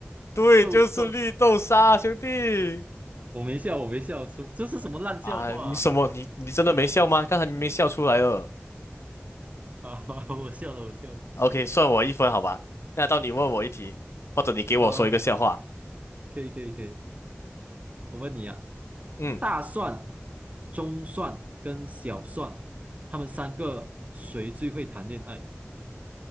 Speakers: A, on the left (about 75°); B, on the right (about 35°).
A: 对，
B: 豆豆。
A: 就是绿豆沙，兄弟。
B: <laughs> 我没笑，我没笑，什这是什么烂笑话啊？
A: 啊，你什么？你你真的没笑吗？刚才明明笑出来了。
B: 好，<laughs> 我笑了，我笑了。
A: OK，算我一分，好吧？那到你问我一题，或者你给我说一个笑话。
B: 好，可以，可以，可以。我问你啊，
A: 嗯
B: 大蒜、中蒜跟小蒜，他们三个谁最会谈恋爱？